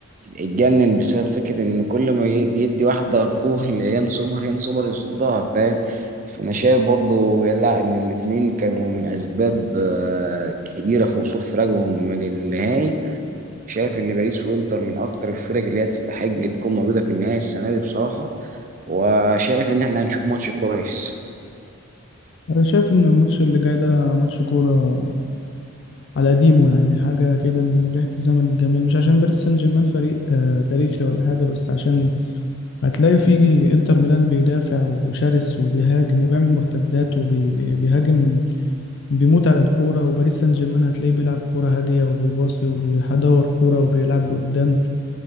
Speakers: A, on the right; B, on the left.
A: اتجنن بسبب فكره ان كل ما ي- يدي واحده ارطول يان سومر يان سومر يصدها فاهم فانا شايف برضو لا ان الاتنين كانوا من اسباب آه، كبيره في وصول فراقهم للنهائي شايف ان باريس وانتر من اكتر الفرق اللي هي تستحق تكون موجوده في النهائي السنه دي بصراحه وشايف ان احنا هنشوف ماتش كويس
B: انا شايف ان الماتش اللي جاي ده ماتش كورة على قديمه يعني حاجة كده من ريحة الزمن الجميل مش عشان باريس سان جيرمان فريق آه، تاريخي ولا حاجة بس عشان هتلاقي فيه انتر ميلان بيدافع وشرس وبيهاجم وبيعمل مرتدات وبيهاجم بيموت على الكورة وباريس سان جيرمان هتلاقيه بيلعب كورة هادية وبيباصي وبيدور كورة وبيلعب لقدام